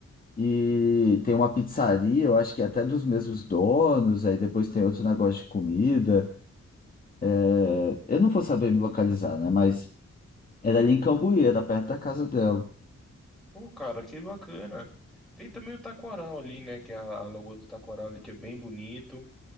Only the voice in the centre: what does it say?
Pô, cara, que bacana. Tem também o taquaral ali, né? Que é a, a lagoa do taquaral ali, que é bem bonito.